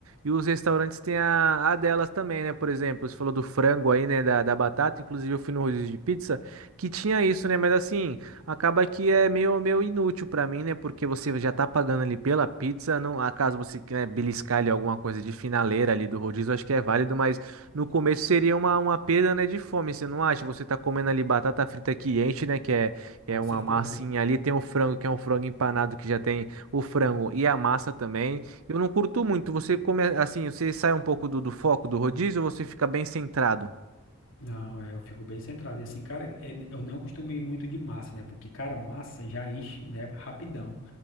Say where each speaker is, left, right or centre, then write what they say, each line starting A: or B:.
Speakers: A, on the right; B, on the left.
A: E os restaurantes têm a, a delas também, né? Por exemplo, você falou do frango aí, né, da, da batata. Inclusive, eu fui no rodízio de pizza que tinha isso, né? Mas assim, acaba que é meio, meio inútil para mim, né? Porque você já tá pagando ali pela pizza. Não, acaso você quer né, beliscar ali alguma coisa de finaleira ali do rodízio, acho que é válido, mas no começo seria uma, uma perda, né, de fome, você não acha? Você tá comendo ali batata frita que enche, né? Que é que
B: com
A: é uma
B: certeza.
A: massinha ali. Tem o frango, que é um frango empanado, que já tem o frango e a massa também. Eu não curto muito. Você come assim, você sai um pouco do, do foco do rodízio ou você fica bem centrado?
B: Não, é, eu fico bem centrado. E assim, cara, é, eu não costumo ir muito de massa, né? Porque, cara, massa já enche, né? Rapidão.